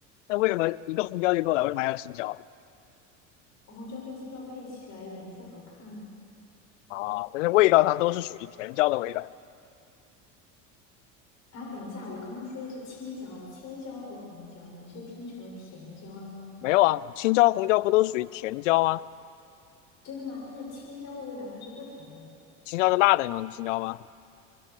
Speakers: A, on the left; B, on the left.
A: 那为什么一个红椒就够了？为什么还要青椒？
B: 红椒跟青椒配起来颜色好看啊。
A: 啊，但是味道上都是属于甜椒的味道。
B: 啊等一下，我刚刚说的是青椒，青椒和红椒，你是听成了甜椒了吗？
A: 没有啊，青椒、红椒不都属于甜椒吗？
B: 真的吗？但是青椒的味道它是不甜的呀，
A: 青椒是辣的那种青椒吗？